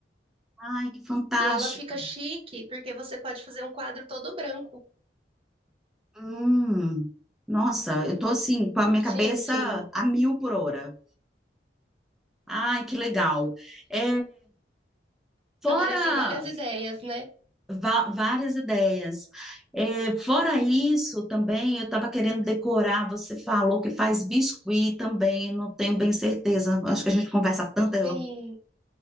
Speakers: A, in the centre; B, on the right (about 30°).
A: Ai, que fantástico.
B: E ela fica chique, porque você pode fazer um quadro todo branco.
A: Hum, nossa, eu tô assim, com a minha cabeça
B: Sim, sim.
A: a mil por hora. Ai, que legal. É, fora
B: Aparecem várias ideias, né?
A: va- várias ideias. É, fora isso, também eu estava querendo decorar. Você falou que faz biscuit também, não tenho bem certeza. Acho que a gente conversa tanto.
B: Sim,
A: eu-